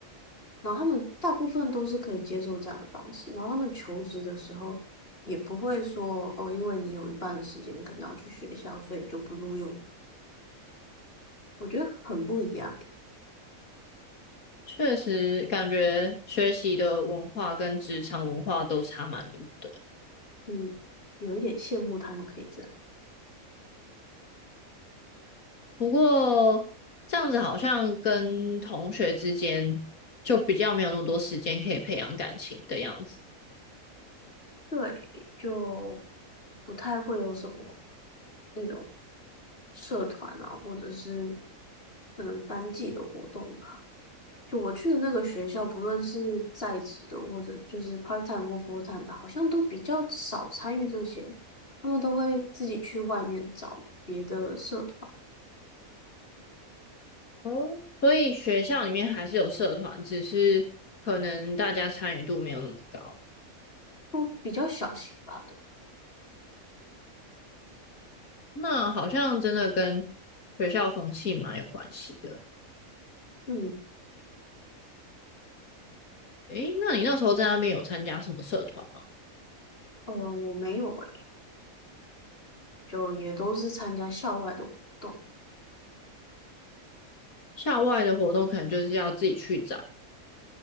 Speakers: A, on the left; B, on the left.
A: 然后他们大部分都是可以接受这样的方式，然后他们求职的时候也不会说哦，因为你有一半的时间你可能要去学校，所以你就不录用。我觉得很不一样欸，
B: 确实，感觉学习的文化跟职场文化都差蛮多的。
A: 嗯，有一点羡慕他们可以这样，
B: 不过这样子好像跟同学之间就比较没有那么多时间可以培养感情的样子。
A: 对，就不太会有什么那种社团啊，或者是可能班级的活动吧。就我去的那个学校，不论是在职的或者就是 part time 或 full time 的，好像都比较少参与这些，他们都会自己去外面找别的社团，
B: 哦，所以学校里面还是有社团，只是可能大家参与度没有那么高。
A: 都比较小型吧，对，
B: 那好像真的跟学校风气蛮有关系的。
A: 嗯，
B: 诶，那你那时候在那边有参加什么社团吗？
A: 呃，我没有诶，就也都是参加校外的活动。
B: 校外的活动可能就是要自己去找。